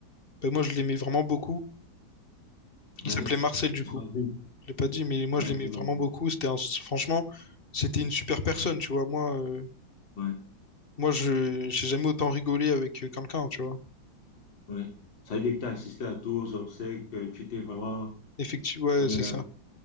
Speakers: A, on the left; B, on the left.
A: ben, moi, je l'aimais vraiment beaucoup.
B: Ouais,
A: Il s'appelait Marcel, du
B: j'imagine.
A: coup. je l'ai pas dit, mais moi
B: Ouais,
A: je l'aimais
B: j'imagine.
A: vraiment beaucoup. C'était un- franchement, c'était une super personne, tu vois. Moi, euh,
B: Ouais,
A: moi je j'ai jamais autant rigolé avec euh, quelqu'un, tu vois.
B: ouais. Ça veut dire que tu as assisté à tous aux obsèques, euh, tu t'es vraiment.
A: Effectivement, ouais,
B: euh,
A: c'est ça.